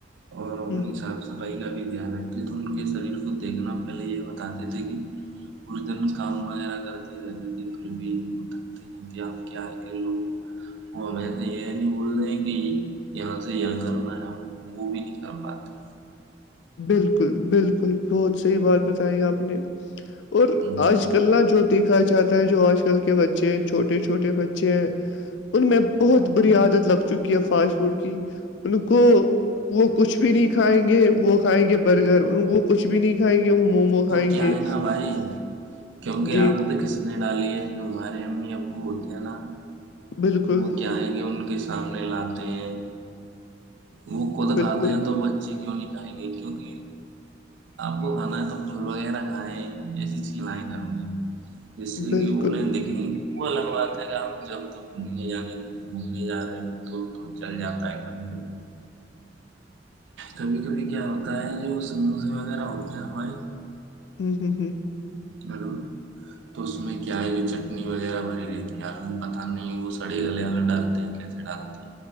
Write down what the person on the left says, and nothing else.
ہوں،
بالکل بالکل بہت صحیح بات بتائی آپ نے اور
آج کلا جو دیکھا جاتا ہے جو آج کل کے بچے ہیں چھوٹے چھوٹے بچے ہیں ان میں بہت بری عادت لگ چکی ہے فاسٹ فوڈ کی ان کو وہ کچھ بھی نہیں کھائیں گے وہ کھائیں گے برگر وہ کچھ بھی نہیں کھائیں گے وہ مومو کھائیں
گے
جی
بالکل
بالکل
بالکل
ا ہ ہ